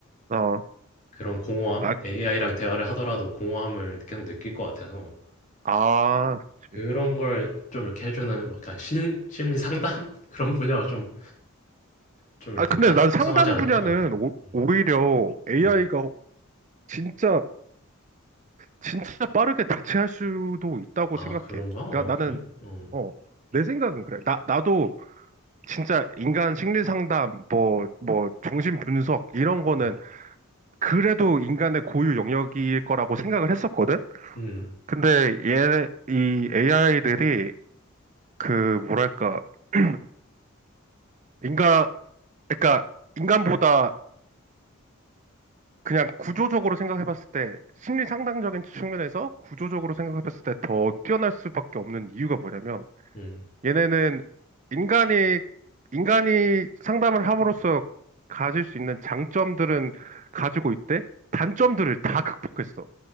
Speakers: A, on the right (about 35°); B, on the left (about 35°).
A: 어.
B: 그런 공허함,
A: 아,
B: AI랑 대화를 하더라도 공허함을 계속 느낄 것 같아서
A: 아,
B: 그런
A: 그치.
B: 걸 좀 이렇게 해주는 뭐 약간 심, 심리 상담 <laughs> 그런 분야가 좀, 좀 이렇게
A: 아, 근데
B: 딱
A: 난 상담
B: 구성하지 않을까?
A: 분야는
B: 어.
A: 오,
B: 음,
A: 오히려 AI가
B: 음.
A: 진짜, 진짜 빠르게 대체할 수도 있다고
B: 아,
A: 생각해.
B: 그런가? 어,
A: 그러니까
B: 그래?
A: 나는,
B: 어.
A: 어, 내 생각은 그래. 나, 나도 진짜 인간 심리 상담, 뭐, 뭐, 정신 분석, 이런 거는
B: 음,
A: 그래도 인간의 고유 영역일 거라고 생각을 했었거든?
B: 음,
A: 근데 얘, 이 AI들이 그, 뭐랄까, <clears throat> 인간, 그러니까 인간보다 그냥 구조적으로 생각해봤을 때 심리 상담적인 측면에서 구조적으로 생각해봤을 때 더 뛰어날 수밖에 없는 이유가 뭐냐면
B: 음,
A: 얘네는 인간이 인간이 상담을 함으로써 가질 수 있는 장점들은 가지고 있대 단점들을 다 극복했어.